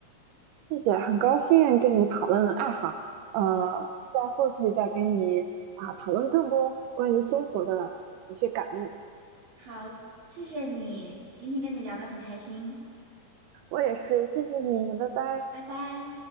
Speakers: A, on the right; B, on the right.
A: 谢谢，很高兴跟你讨论爱好，呃，期待后续再跟你啊、讨论更多关于生活的一些感悟，
B: 好，谢谢你，今天跟你聊得很开心，
A: 我也是，谢谢你，拜拜。
B: 拜拜。